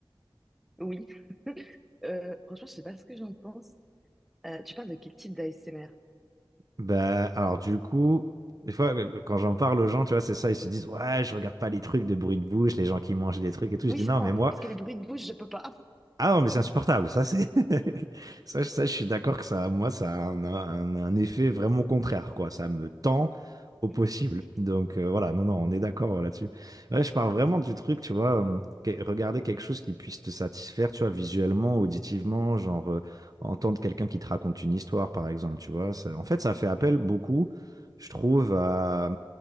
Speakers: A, in the centre; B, on the right.
A: Oui. <laughs> Euh, franchement, je sais pas ce que j'en pense. Euh, tu parles de quel type d'ASMR?
B: Bah, alors du coup, des fois, euh, quand j'en parle aux gens, tu vois, c'est ça, ils se disent, ouais, je regarde pas les trucs de bruit de bouche, les gens qui mangent des trucs et tout. Je
A: Oui,
B: dis,
A: c'est
B: non,
A: ça.
B: mais moi,
A: Parce que les bruits de bouche, je peux pas.
B: Ah non, mais c'est insupportable. Ça, c'est <laughs> ça, ça, je suis d'accord que ça, moi, ça a un, un- un effet vraiment contraire, quoi. Ça me tend au possible.
A: <laughs>
B: Donc euh, voilà, non, non, on est d'accord euh, là-dessus. Ouais, je parle vraiment du truc, tu vois, euh, que- regarder quelque chose qui puisse te satisfaire, tu vois, visuellement, auditivement, genre euh, entendre quelqu'un qui te raconte une histoire, par exemple, tu vois. Ça- en fait, ça fait appel
A: Mhm,
B: beaucoup, je trouve, à,